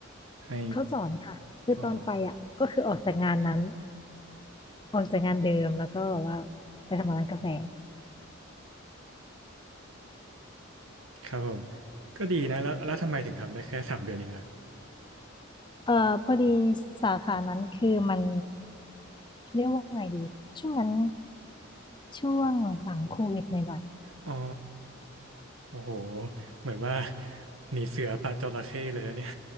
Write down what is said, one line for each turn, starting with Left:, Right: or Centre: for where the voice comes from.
Right: ให้
Left: เขาสอนค่ะคือตอนไปอ่ะก็คือออกจากงานนั้น
Right: อ๋อ
Left: ออกจากงานเดิมแล้วก็แบบว่าไปทำร้านกาแฟ
Right: ครับผมก็ดีนะแล้วแล้วทำไมถึงทำได้แค่สามเดือนเองล่ะ
Left: เอ่อพอดีสาขานั้นคือมันเขาเรียกว่าไงดีช่วงนั้นช่วงหลังโควิดหน่อย
Right: อ๋อโอ้โหเหมือนว่าหนีเสือปะจระเข้เลยนะเนี่ย